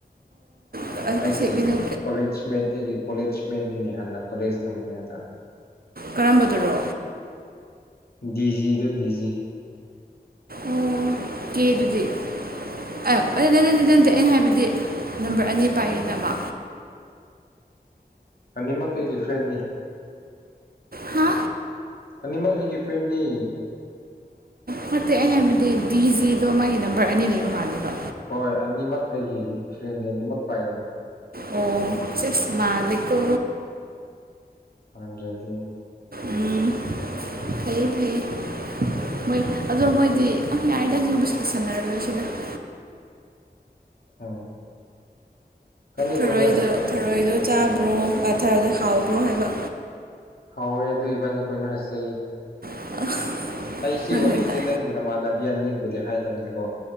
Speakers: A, on the right; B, on the left.
A: ꯑꯣ
B: ꯑꯩꯒꯤ
A: ꯑꯁꯤ ꯀꯩꯅꯣ
B: ꯀꯣꯂꯦꯖ ꯃꯦꯠ ꯑꯩꯒꯤ ꯀꯣꯂꯦꯖ ꯃꯦꯠꯅꯤꯅꯦ ꯍꯥꯟꯅ ꯀꯣꯂꯦꯖ ꯇꯝꯃꯤꯉꯩꯗ
A: ꯀꯔꯝꯕꯗꯨꯔꯣ
B: ꯗꯤꯖꯤꯗ ꯗꯤꯖꯤ
A: ꯑꯣ ꯀꯦꯗꯨꯗ ꯑꯣꯗ ꯂꯩꯗꯤ <unintelligible> ꯑꯩꯅ ꯍꯥꯏꯕꯗꯤ ꯅꯝꯕꯔ ꯑꯅꯤ ꯄꯥꯏꯔꯤ ꯅꯃ
B: ꯑꯅꯤꯃꯛ ꯑꯩꯒꯤ ꯐ꯭ꯔꯦꯟꯅꯤ
A: ꯍꯥ
B: ꯑꯅꯤꯃꯛ ꯑꯩꯒꯤ ꯐ꯭ꯔꯦꯟꯅꯤ
A: ꯐꯠꯇꯦ ꯑꯩꯅ ꯍꯥꯏꯕꯗꯤ ꯗꯤ ꯖꯤꯗꯣ ꯃꯥꯒꯤ ꯅꯝꯕꯔ ꯑꯅꯤ ꯂꯩꯕ ꯃꯥꯜꯂꯦꯕ
B: ꯍꯣꯏ ꯑꯅꯤꯃꯛ ꯑꯩꯒꯤ ꯐ꯭ꯔꯦꯟꯅꯦ ꯑꯅꯤꯃꯛ ꯄꯥꯏꯌꯦ ꯃꯥ
A: ꯑꯣ ꯆꯦꯁ ꯃꯥꯂꯦꯀꯣ
B: ꯃꯥꯟꯗ꯭ꯔꯗꯤ
A: ꯎꯝ ꯐꯩꯌꯦ ꯐꯩꯌꯦ ꯃꯣꯏ ꯑꯗꯣ ꯃꯣꯏꯗꯤ ꯑꯗꯨꯝ ꯌꯥꯏꯗ <unintelligible>
B: ꯎꯝ ꯏꯕꯥꯅꯤ
A: ꯊꯔꯣꯏꯗꯣ
B: ꯀꯣꯏꯅꯔꯁꯤꯅ
A: ꯊꯔꯣꯏꯗꯣ ꯆꯥꯕ꯭ꯔꯣ ꯄꯥꯊꯥꯗꯣ ꯍꯥꯎꯕ꯭ꯔꯣ ꯍꯥꯏꯕ
B: ꯍꯥꯎꯋꯦ ꯑꯗꯨ ꯏꯕꯥꯅꯤ ꯀꯣꯏꯅꯔꯁꯦ
A: <unintelligible>
B: ꯑꯩ ꯁꯤ
A: ꯅꯪ
B: ꯋꯥꯔꯤꯁꯦ
A: ꯍꯦꯛꯇ
B: ꯅꯪꯒꯤ ꯅꯃꯥꯟꯅꯕꯤ ꯑꯅꯤꯕꯨꯗꯤ ꯍꯥꯏꯕꯅꯤꯀꯣ